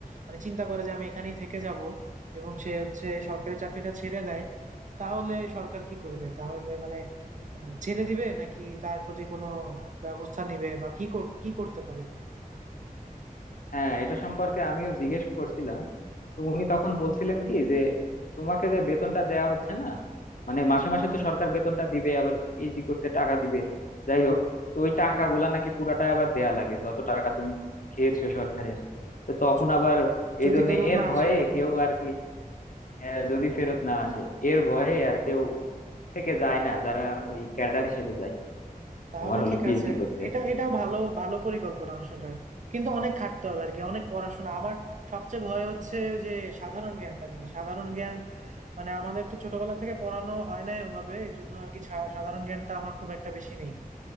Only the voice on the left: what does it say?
হ্যাঁ এটা সম্পর্কে আমিও জিজ্ঞেস করছিলাম তো উনি তখন বলছিলেন কি যে তোমাকে যে বেতনটা দেয়া হচ্ছে না মানে
মাসে মাসে তো সরকার বেতনটা দিবে আবার পিএইচডি করতে টাকা দিবে যাই হোক তো ওই টাকাগুলা নাকি পুরাটাই আবার দেয়া লাগে যত টাকা তুমি খেয়েছো সরকারের তো তখন
আবার
এই জন্য
এর
ভয়ে
কেউ আর কি আহ, যদি ফেরত না আসে এর ভয়ে আর কেউ থেকে যায় না যারা ওই ক্যাডার হিসেবে যায়
তোমার হলো
পিএইচডি
করতে